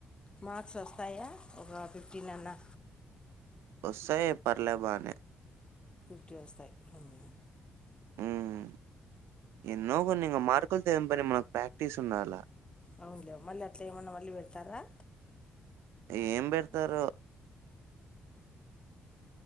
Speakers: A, on the left; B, on the right.
A: మార్క్స్ వస్తాయా ఒక ఫిఫ్టీన్ అన్నా
B: వస్తాయ్ పర్ల బానే
A: ఫిఫ్టీ వస్తాయి మ్మ్
B: మ్మ్ ఎన్నో కొన్ని ఇక మార్కుల్ తో ఏం పని మన ప్రాక్టీస్ ఉన్నాలా
A: అవునులేవు మళ్ళీ అట్లా ఏమన్నా మళ్ళీ పెడతారా
B: ఏం పెడతారో
A: ఆ